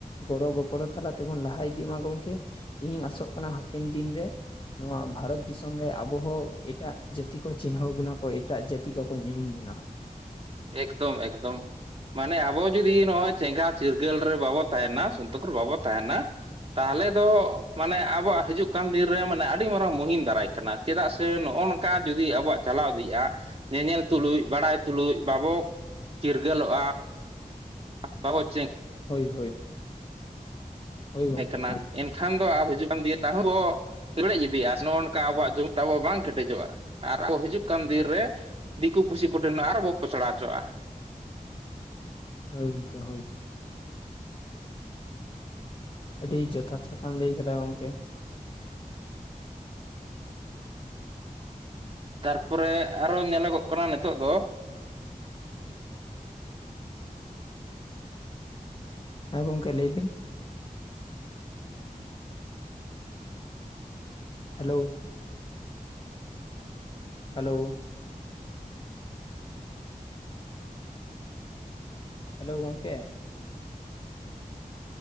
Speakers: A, on the left; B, on the right.
A: ᱜᱚᱲᱚ ᱜᱚᱯᱚᱲᱚ ᱛᱟᱞᱟ ᱛᱮᱵᱚᱱ ᱞᱟᱦᱟ ᱤᱫᱤᱜ ᱢᱟ ᱜᱚᱢᱠᱮ ᱤᱧᱤᱧ ᱟᱥᱚᱜ ᱠᱟᱱᱟ ᱦᱟᱯᱮᱱ ᱫᱤᱱ ᱨᱮ ᱱᱚᱣᱟ ᱵᱷᱟᱨᱚᱛ ᱫᱤᱥᱚᱢ ᱨᱮ ᱟᱵᱚ ᱦᱚᱸ ᱮᱴᱟᱜ ᱡᱟᱹᱛᱤ ᱠᱚ ᱪᱤᱱᱦᱟᱹᱣ ᱵᱚᱱᱟ ᱠᱚ ᱮᱴᱟᱜ ᱡᱟᱹᱛᱤ ᱠᱚᱠᱚ ᱧᱩᱢ ᱵᱚᱱᱟ᱾
B: ᱮᱠᱫᱚᱢ ᱮᱠᱫᱚᱢ ᱢᱟᱱᱮ ᱟᱵᱚ ᱡᱩᱫᱤ ᱱᱚᱜᱚᱭ ᱪᱮᱝᱜᱷᱟ ᱪᱤᱨᱜᱟᱹᱞ ᱨᱮ ᱵᱟᱵᱚ ᱛᱟᱦᱮᱱᱟ ᱥᱩᱠ ᱨᱮ ᱵᱟᱵᱚ ᱛᱟᱦᱮᱱᱟ᱾ ᱛᱟᱦᱚᱞᱮ ᱫᱚ ᱢᱟᱱᱮ ᱟᱵᱚᱣᱟᱜ ᱦᱤᱡᱩᱜ ᱠᱟᱱ ᱫᱤᱱ ᱨᱮ ᱢᱟᱱᱮ ᱟᱹᱰᱤ ᱢᱟᱨᱟᱝ ᱢᱩᱦᱤᱢ ᱫᱟᱨᱟᱭ ᱠᱟᱱᱟ ᱪᱮᱫᱟᱜ ᱥᱮ ᱱᱚᱜᱚ ᱱᱚᱝ ᱠᱟ ᱡᱩᱫᱤ ᱟᱵᱚᱣᱟᱜ ᱪᱟᱞᱟᱣ ᱤᱫᱤᱜᱼᱟ ᱧᱮᱧᱮᱞ ᱛᱩᱞᱩᱡ ᱵᱟᱲᱟᱭ ᱛᱩᱞᱩᱡ ᱵᱟᱵᱚ ᱪᱤᱨᱜᱟᱹᱞ ᱚᱜᱼᱟ᱾ ᱵᱟᱵᱚ ᱪᱮ
A: ᱦᱳᱭ, ᱦᱳᱭ᱾ ᱦᱳᱭ ᱜᱚᱝᱠᱮ
B: ᱛᱮᱸ ᱠᱟᱱᱟ
A: ᱦᱳᱭ
B: ᱮᱱ ᱠᱷᱟᱱ ᱫᱚ ᱟᱵ ᱦᱤᱡᱩᱜ ᱠᱟᱱ ᱫᱤᱭᱮ ᱛᱟᱦᱩᱸᱵᱚ ᱞᱮᱲᱮᱡ ᱤᱫᱤᱭᱟ ᱥᱮ ᱱᱚᱝᱠᱟ ᱟᱵᱚᱭᱟᱜ ᱡᱚᱢᱚ ᱛᱟᱵᱚ ᱵᱟᱝ ᱠᱮᱴᱮᱡᱚᱜᱼᱟ᱾ ᱟᱨ ᱟᱵᱚ ᱦᱤᱡᱩᱜ ᱠᱟᱱ ᱫᱤᱱ ᱨᱮ ᱫᱤᱠᱩ ᱯᱩᱥᱤ ᱠᱚᱴᱷᱮ ᱟᱨᱵᱚ ᱯᱚᱥᱲᱟ ᱦᱚᱪᱚᱜᱼᱟ᱾
A: ᱦᱳᱭ ᱜᱚᱝᱠᱮ ᱦᱳᱭ᱾ ᱟᱹᱰᱤ ᱡᱚᱛᱷᱟᱛ ᱠᱟᱛᱷᱟᱢ ᱞᱟᱹᱭ ᱟᱠᱟᱫᱟ, ᱜᱚᱝᱠᱮ᱾
B: ᱛᱟᱨᱯᱚᱨᱮ ᱟᱨᱚ ᱧᱮᱞᱚᱜᱚᱜ ᱠᱟᱱᱟ ᱱᱤᱛᱚᱜ ᱫᱚ
A: ᱦᱮᱸ ᱜᱚᱢᱠᱮ ᱞᱟᱹᱭᱵᱤᱱ ᱦᱮᱞᱳ᱾ ᱦᱮᱞᱳ? ᱦᱮᱞᱳ ᱜᱚᱢᱠᱮ?